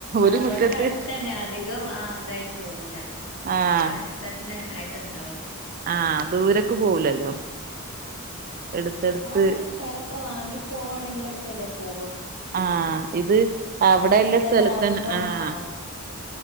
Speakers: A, on the right; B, on the left.
A: ഒരു
B: ആഹ്
A: മുറ്റത്ത്
B: തൊട്ടടത്തന്നെ അധികം ആ ഇതായി പോവൂല
A: ആഹ്
B: നമ്മെളേ അടുത്തന്നെ ആയിട്ടൊണ്ടാവും
A: ആഹ് ദൂരക്ക് പോവൂലല്ലോ
B: ആഹ്
A: എടുത്തെടുത്ത്
B: പിന്നെ നമ്മളങ്ങനെ സ്ഥലൊക്കെ വാങ്ങി പോവാണെങ്കിലൊക്കെല്ലേ പോ
A: ആഹ് ഇത് അവിടെയൊള്ള
B: നമ്മളത്
A: സ്ഥലത്തന്നെ
B: തന്നെ ആവുമ്പം
A: ആഹ്
B: ആ